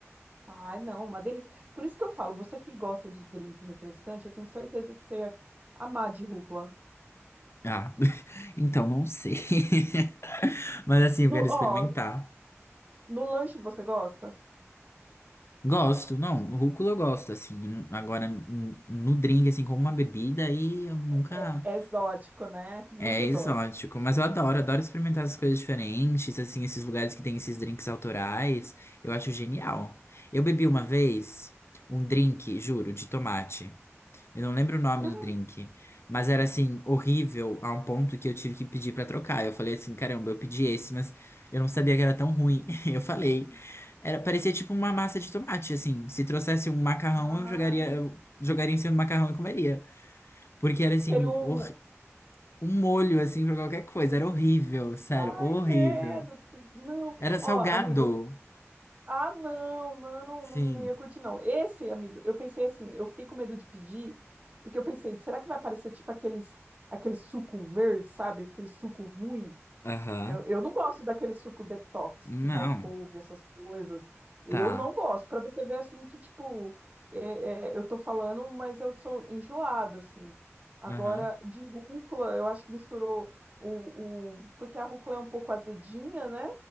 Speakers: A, on the right; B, on the left.
A: Ai, não, uma delícia. Por isso que eu falo, você que gosta de drink refrescante, eu tenho certeza que você ia amar de rúcula.
B: Ah, <laughs> então não sei. <laughs> Mas, assim,
A: No,
B: eu quero experimentar.
A: ó, no lanche você gosta?
B: Gosto, não, rúcula eu gosto, assim, n- agora n- no drink, assim, como uma bebida, aí eu nunca...
A: É, é exótico, né? Muito
B: É
A: exótico.
B: exótico, mas eu adoro, adoro experimentar essas coisas diferentes, assim, esses lugares que tem esses drinks autorais, eu acho genial. Eu bebi uma vez um drink, juro, de tomate. Eu não lembro o nome
A: <gasps>
B: do drink, mas era assim, horrível a um ponto que eu tive que pedir pra trocar. Eu falei assim, caramba, eu pedi esse, mas eu não sabia que era tão ruim. <laughs> Eu falei, era, parecia tipo uma massa de tomate, assim. Se trouxesse um macarrão,
A: Ai,
B: eu jogaria, eu jogaria em cima do macarrão e comeria. Porque era assim,
A: queria um.
B: hor- um molho assim pra qualquer coisa, era horrível, sério,
A: Ai,
B: horrível.
A: credo. que- Não.
B: Era salgado.
A: Ó, amigo, Ah, não, não,
B: Sim.
A: não, não ia curtir, não. Esse, amigo, eu pensei assim, eu fiquei com medo de pedir, porque eu pensei, será que vai parecer tipo aqueles, aquele suco verde, sabe? Aquele suco ruim.
B: Aham.
A: Eu, eu não gosto daquele suco detox
B: Não.
A: que vai couve, essas coisas. Eu
B: Tá.
A: não gosto. Para você ver assim que, tipo, é, é, eu tô falando, mas eu sou enjoada, assim. Agora,
B: Aham.
A: de rúcula, eu acho que misturou o, o... Porque a rúcula é um pouco azedinha, né?